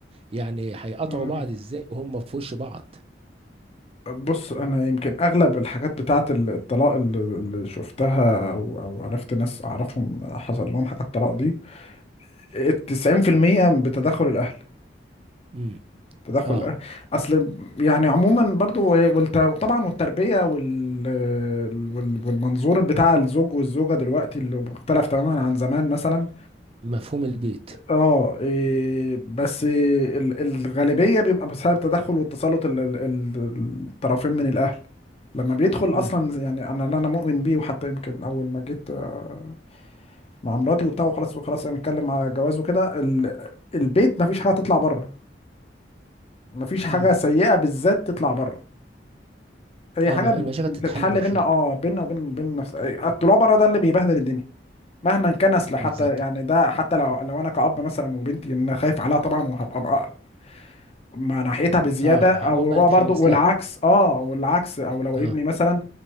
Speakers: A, on the right; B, on the left.
A: يعني هيقطعوا
B: مم.
A: بعض ازاي وهم في وش بعض
B: بص انا يمكن اغلب الحاجات بتاعه ال- الطلاق اللي اللي شفتها او أو عرفت ناس اعرفهم حصل لهم حاجه الطلاق دي
A: مم.
B: التسعين في المية بتدخل الاهل
A: امم
B: تدخل
A: اه
B: الاهل اصل يعني عموما برضو والت- طبعا والتربيه وال وال- والمنظور بتاع الزوج والزوجه دلوقتي اللي مختلف تماما عن زمان مثلا
A: مفهوم البيت
B: اه إيه بس إيه ال- الغالبية بيبقى بسبب تدخل والتسلط ال- ال- ال- الطرفين من الأهل لما بيدخل
A: امم
B: أصلا يعني أنا اللي أنا مؤمن بيه وحتى يمكن أول ما جيت آه، مع مراتي وبتاع وخلاص وخلاص هنتكلم على جواز وكده ال- البيت مفيش حاجة تطلع بره مفيش حاجة
A: امم
B: سيئة بالذات تطلع بره هي
A: اه
B: حاجة
A: م- المشاكل
B: بتتحل
A: تتحل داخلي
B: بينا اه بينا وبين بين نفس آه، الطلوع بره ده اللي بيبهدل الدنيا مهما كان اصل حتى
A: بالظبط
B: يعني
A: كده
B: ده حتى لو لو انا كأب مثلا وبنتي ان أنا خايف عليها طبعا وهبقى مع مع ناحيتها بزياده
A: اه
B: او
A: ه- ممكن
B: هو
A: اتحمس
B: برضو والعكس
A: لها
B: اه والعكس او لو
A: اه
B: ابني مثلا